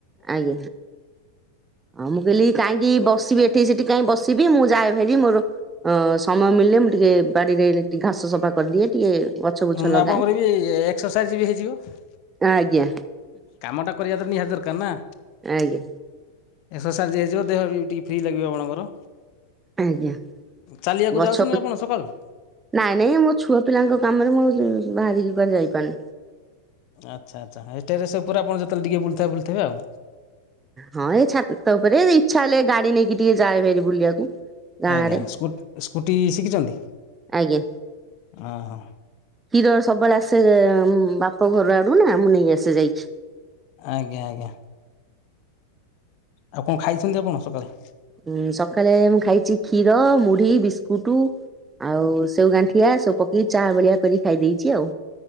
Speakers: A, on the right (about 15°); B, on the left (about 45°).
A: ଆଜ୍ଞ। ହଁ ମୁଁ କହିଲି କାହିଁକି ବସିବି ଏଠିକି ସେଠି କାଇଁ ବସିବି ମୁଁ ଯାଏ ହେରି ମୋର ଅ ସମୟ ମିଳିଲେ ମୁଁ ଟିକେ ବାଡିରେ ଟିକେ ଘାସ ସଫା କରିଦିଏ ଟିକେ। ଗଛ ବୁଛ
B: ହଁ
A: ଲଗାଏ।
B: ଆପଣଙ୍କର ବି ଏକ୍ସରସାଇଜ ବି ହେଇଯିବ
A: ଆଜ୍ଞା
B: କାମଟା। କରିବା ନିହାତି ଦରକାର ନା।
A: ଆଜ୍ଞା
B: ଏକ୍ସରସାଇଜ୍ ହେଇଯିବ ଦେହ ବି ଟିକେଏ ଫ୍ରି ଲାଗିବ ଆପଣଙ୍କର।
A: ଆଜ୍ଞା
B: ଚାଲିବାକୁ
A: ଗଛ
B: ଯାଉଛନ୍ତି ଆପଣ ସକାଳୁ?
A: ନାଇଁ ନାଇଁ ମୋ ଛୁଆ ପିଲାଙ୍କ କାମରେ ମୁଁ ବାହାରି କୁଆ ଯାଇପାରୁନି।
B: ଆଚ୍ଛା ଆଚ୍ଛା ଏଇତେଜେସ ପୁରା ଆପଣ ଯେତେଳେ ଟିକେ ବୁଲିଥେ ବୁଲୁଥିବେ ଆଉ।
A: ହଁ ଏଇ ଛାତ ଉପରେ ଇଚ୍ଛା ହେଲେ ଗାଡି ନେଇକି ଟିକେ ଯାଏହେରି ବୁଲିବାକୁ। ଗାଁ
B: ଆଜ୍ଞା
A: ଆଡେ।
B: ସ୍କୁ ସ୍କୁଟି ଶିଖିଛନ୍ତି
A: ଆଜ୍ଞା
B: ଓହୋ।
A: କ୍ଷୀର ସବୁବେଳେ ଆସେ ବାପ ଘର ଆଡୁ ନା ମୁଁ ନେଇ ଆସେ ଯାଇଛି।
B: ଆଜ୍ଞା ଆଜ୍ଞା। ଆଉ କଣ ଖାଇଛନ୍ତି ଆପଣ ସକାଳେ?
A: ଉଁ ସକାଳେ ମୁଁ ଖାଇଛି କ୍ଷୀର, ମୁଢି, ବିସ୍କୁଟ। ଆଉ ସେଉ ଗାଣ୍ଠିଆ ସବୁ ପକେଇକି ଚା ଭଳିଆ କରି ଖାଇ ଦେଇଛି ଆଉ।